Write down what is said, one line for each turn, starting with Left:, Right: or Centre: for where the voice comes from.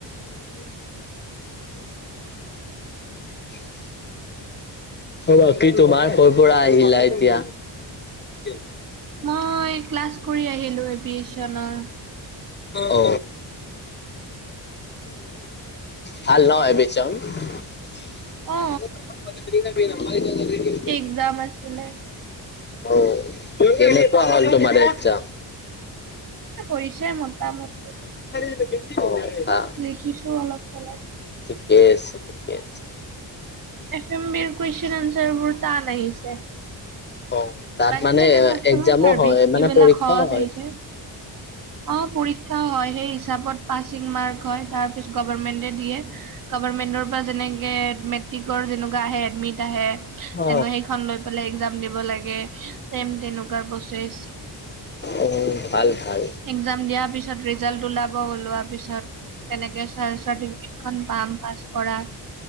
Left: <unintelligible> <inaudible> বাকি তোমাৰ ক'ৰ পৰা আহিলা এতিয়া <inaudible>
Right: মই ক্লাছ কৰি আহিলো এপ্ৰীচনৰ
Left: অ ভাল ন এপ্ৰিচন <inaudible>
Right: অ -জাম আছিলে
Left: অ কেনেকুৱা হ'ল তোমাৰ একজাম
Right: হৈছে মোটামুট
Left: <inaudible> হা
Right: লিখিছো অলপ চলপ
Left: ঠিকে আছে ঠিকে আছে
Right: এফ এম বিৰ কুৱেচন আনচাৰ বোৰ টান আহিছে
Left: অ তাত
Right: বাকী
Left: মানে
Right: এনে কাষ্টমাৰ
Left: একজামো
Right: চাৰ্ভিচ
Left: হয় মানে
Right: কিবিলাক
Left: পৰীক্ষাও
Right: সহজ
Left: হয়
Right: আহিছে অ পৰীক্ষাও হয় সেই হিচাপত পাচিং মাৰ্ক হয় তাৰ পিছ গভৰ্মেন্টে দিয়ে গভামেন্টৰ পৰা যেনেকে মেট্ৰিকৰ যেনেকুৱা আহে এডমিট আহে
Left: অ
Right: এনো সেইখন লৈ পেলাই একজাম দিব লাগে চেম তেনেকুৱাৰ প্ৰচেছ
Left: অ ভাল ভাল
Right: একজাম দিয়াৰ পিছত ৰিজাল্ট ওলাব ওলোৱাৰ পিছত তেনেকে চাৰ চাৰ্টিফিকেট খন পাম পাছ কৰা